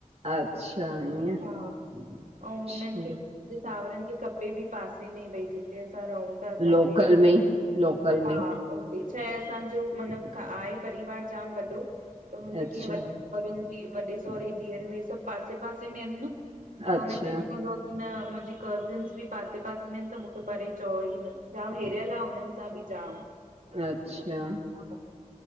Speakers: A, on the right; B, on the right.
A: अचछा ईअं।
B: हा ऐं
A: अच्छा।
B: उन्हनि खे हिते सावरनि खे खपे बि पासे में भई जिते असां रहूं। त असांखे
A: लोकल में ई, लोकल में ई,
B: हा हि छा आहे असांजो मतलबु आहे परिवार जाम वॾो त मुंहिंजे
A: अच्छा,
B: कीअं वॾ वरनि जी, वॾे सोहरे ई धीअरूं हे सभु पासे पासे में आहिनि न त
A: अच्छा,
B: हुनखे लॻंदो आह की न मुंहिंजी कज़िन्स बि पासे पासे में आहिनि त मूंखे परे चओ ई न, ॼाम हिरियल आह हुननि <unintelligible> बि जाम
A: अच्छा।
B: हा